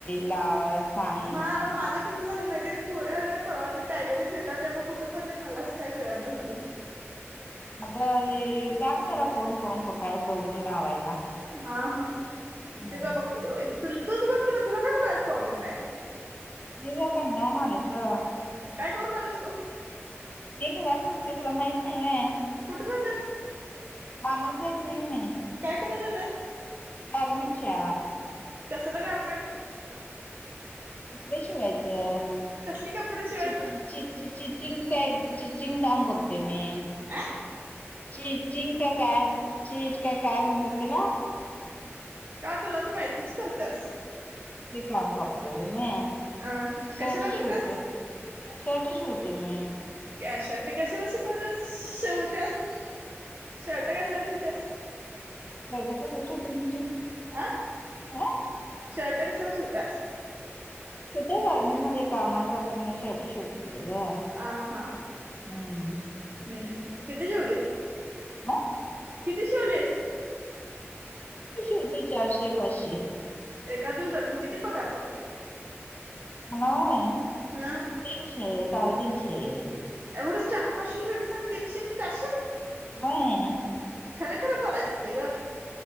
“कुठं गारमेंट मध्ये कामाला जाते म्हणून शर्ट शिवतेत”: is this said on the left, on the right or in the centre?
Left